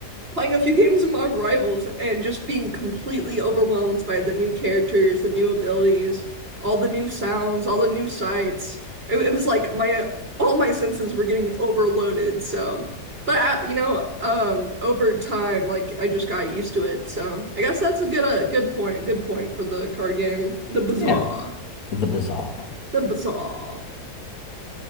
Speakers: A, on the right (about 35°); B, on the left (about 60°).
A: playing a few games of Marvel Rivals and just being completely overwhelmed by the new characters, the new abilities, all the new sounds, all the new sights. It, it was like my all my senses were getting overloaded. So, but uh, you know, um, over time, like I just got used to it. So I guess that's a good a good point. Good point for the card game, the bazaar,
B: Yeah, the bizarre.
A: the bazaar.